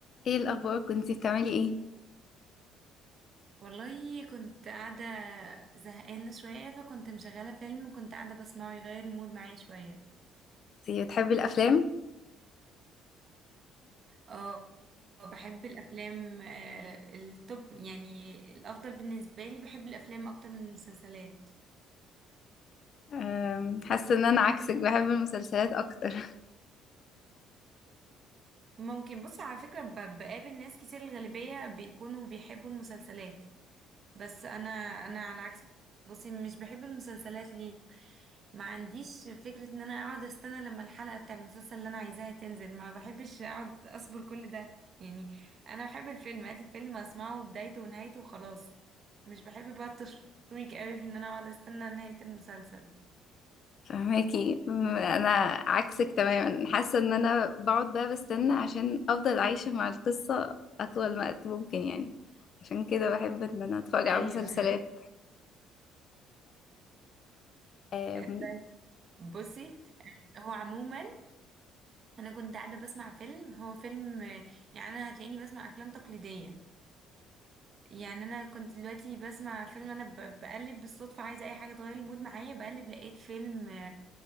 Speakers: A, on the left; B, on the right.
A: ايه الاخبار كنتي بتعملي ايه
B: والله كنت قاعدة زهقانة شوية فكنت مشغلة فيلم وكنت قاعدة بسمعه يغير المود معايا شوية
A: انتي بتحبي الافلام
B: اه بحب الأفلام آه، التوب يعني الأفضل بالنسبة لي بحب الأفلام أكتر من المسلسلات
A: أم، حاسه ان انا عكسك بحب المسلسلات اكتر
B: ممكن بص على فكرة ب- بقابل ناس كتير الغالبية بيكونوا بيحبوا المسلسلات بس أنا أنا على العكس بصي مش بحب المسلسلات ليه ما عنديش فكرة ان انا اقعد استنى لما الحلقة بتاع المسلسل اللي انا عايزاها تنزل ما بحبش اقعد اصبر كل ده يعني انا بحب الفيلم هات الفيلم اسمعه بدايته ونهايته وخلاص مش بحب بقى التشويق قوي في ان انا اقعد استنى نهاية المسلسل
A: <laughs> فهماكي أم، انا عكسك تماما حاسه ان انا بقعد بقى بستنى عشان افضل عايشه مع القصه اطول وقت ممكن يعني عشان كده بحب ان انا اتفرج
B: ايوه
A: على مسلسلات
B: <laughs>
A: أم،
B: طيب بصي هو عموما انا كنت قاعدة بسمع فيلم هو فيلم يعني انا هتلاقيني بسمع افلام تقليدية يعني انا كنت دلوقتي بسمع فيلم انا ب- بقلب بالصدفة عايزة اي حاجة تغير المود معايا بقلب لقيت فيلم